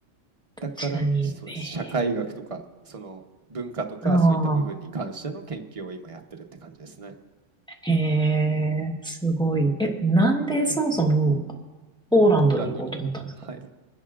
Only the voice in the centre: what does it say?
確かに。
ええ
ああ、へえすごい。え、なんでそもそもポーランドに行こうと思ったんですか